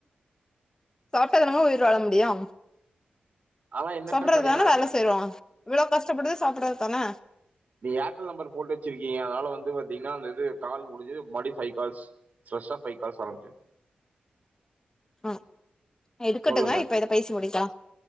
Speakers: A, on the left; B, on the right.
A: சாப்ட்டா தானேங்க உயிர் வாழ முடியும்
B: ஆனா என்னன்னு
A: சாப்புறதுக்கு
B: பாத்தீங்கன்னா
A: தானே வேல செய்றோ இவ்ளோ கஷ்டப்படுறது சாப்புடுறதுக்கு தானே
B: நீங்க ஏர்டெல் நம்பர் போட்டு வச்சிருக்கீங்க அதனால வந்து பாத்தீங்கன்னா அந்த இது கால் முடிஞ்சது மறுபடியு ஃபை கால்ஸ் ஃபிரஷா ஃபை கால்ஸ் ஆரம்பிச்சது
A: ஆ எடுக்கட்டுங்க
B: சொல்லுங்க
A: இப்ப இத பேசி முடிக்கலா